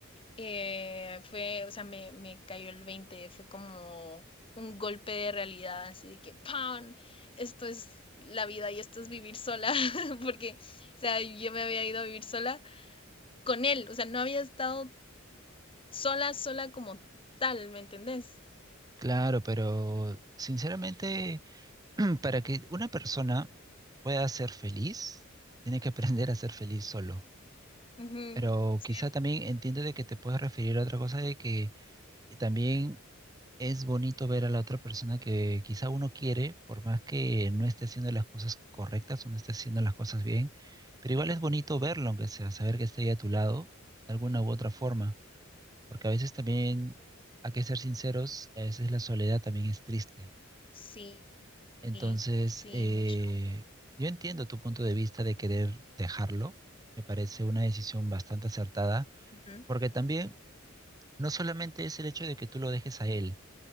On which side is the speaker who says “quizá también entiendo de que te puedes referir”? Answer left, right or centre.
Right